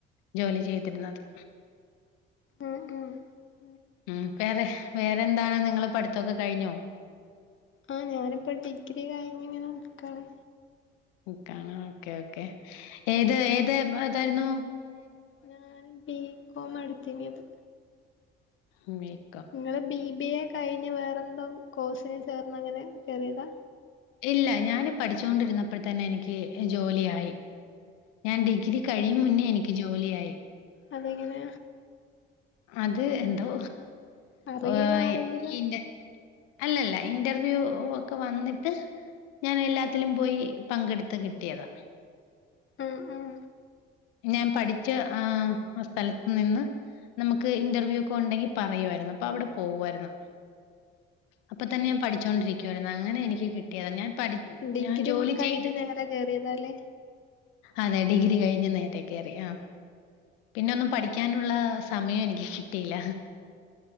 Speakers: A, on the left; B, on the left.
A: ജോലി ചെയ്തിരുന്നത്
B: ഉം ഉം
A: ഉം വേറെ വേറെന്താണ് നിങ്ങൾ പഠിത്തൊക്കെ കഴിഞ്ഞോ
B: ആഹ് ഞാനിപ്പം ഡിഗ്രി കഴിഞ്ഞിങ്ങനെ നിക്കാണ്
A: നിക്കാണ് ഓക്കേ ഓക്കെ ഏത് ഏത് വിഭ് അതായിരുന്നു
B: ഞൻ ബികോം അടുത്തിനേത്
A: മ മ
B: നിങ്ങള് ബി ബി എ കഴിഞ്ഞ് വേറെന്തോ കോസിനി ചേർന്ന് അങ്ങനെ കയറിയതാ
A: ഇല്ല ഞാന് പഠിച്ചോണ്ടിരുന്നപ്പോൾ തന്നെ എനിക്ക് ജോലിയായി ഞാൻ ഡിഗ്രി കഴിയും മുന്നേ എനിക്ക് ജോലിയായി
B: അതെങ്ങനെ
A: അത് എന്തോ
B: അറിയ്ണ
A: ഏഹ്
B: ആരെങ്കിലും
A: ഇന്റെ അല്ലല്ല ഇന്റർവ്യൂ ഒക്കെ വന്നിട്ട് ഞാൻ എല്ലാത്തിലും പോയി പങ്കെടുത്ത് കിട്ടിയതാ
B: ഉം ഉം
A: ഞാൻ പഠിച്ച ആ സ്ഥലത്തു നിന്ന് നമുക്ക് ഇന്റർവ്യൂ ഒക്കെ ഉണ്ടെങ്കി പറയുമായിരുന്നു അപ്പൊ അവിടെ പോവ്വായിരുന്നു അപ്പ തന്നെ ഞാൻ പഠിച്ചോണ്ടിരിക്കുവായിരുന്നു അങ്ങനെ എനിക്ക് കിട്ടിയതാ ഞാൻ പഠി
B: ഡിഗ്രി
A: ഞാൻ ജോലി
B: കഴിഞ്ഞ്
A: ചെയ്ത്
B: നേരെ കേറിയതാല്ലേ
A: അതെ ഡിഗ്രി കഴിഞ്ഞ് നേരെ കേറി ആ പിന്ന ഒന്നും പഠിക്കാനുള്ള സമയം എനിക്ക് കിട്ടില്ല